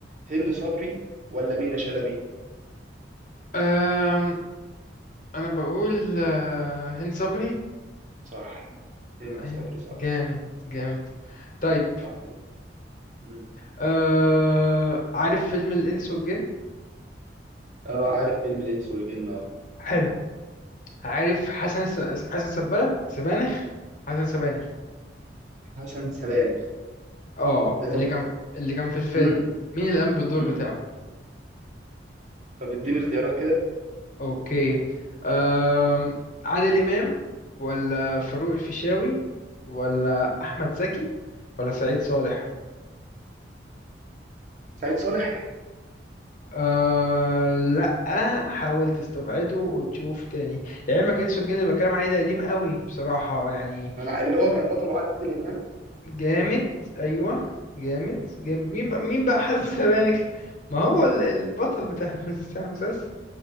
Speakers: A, on the right; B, on the left.
A: هند صبري ولا منى شلبي
B: آم... انا بقول آه، هند صبري
A: صح هند
B: ايوه
A: صبري صح
B: جامد جامد طيب
A: صح جدا مم.
B: أه... عارف فيلم الإنس والجن
A: اه عارف فيلم الانس والجن اه
B: حلو عارف حسن الس... حسن سبانخ سبانخ حسن سبانخ
A: حسن سبانخ
B: اه
A: إيه طب
B: اللي كان اللي كان في الفيلم
A: مم.
B: مين اللي قام بالدور
A: مم.
B: بتاعه
A: طب اديني اختيارات كده
B: اوكي أم... عادل إمام ولا فاروق الفيشاوي ولا أحمد زكي ولا سعيد صالح
A: سعيد صالح
B: أه... لا حاول تستبعده وتشوف تاني لعلمك انسو الجن اللي بتكلم عليه ده قديم قوي بصراحة يعني
A: أنا اللي هو كان بطله عادل امام
B: جامد ايوه جامد جامد مين بقى مين بقى حازم
A: مم.
B: <laughs> سبانخ ما هو ال- البطل بتاع <laughs> الم- بتاع المسلسل